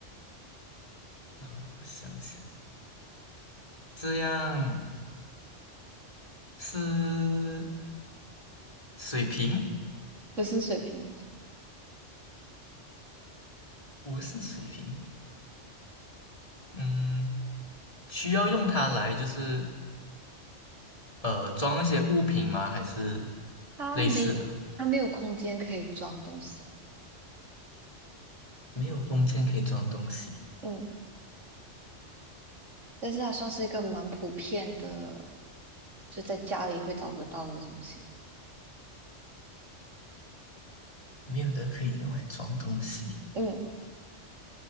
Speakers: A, on the left; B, on the right.
A: 那我想想，这样是水瓶？
B: 不是水瓶，
A: 不是水瓶，嗯，需要用它来就是呃，装一些物品吗？还是
B: 它没，
A: 类似的？
B: 它没有空间可以装东西，
A: 没有空间可以装东西，
B: 嗯，但是它算是一个蛮普遍的，就在家里会找得到的东西，
A: 没有的可以用来装东西。
B: 嗯，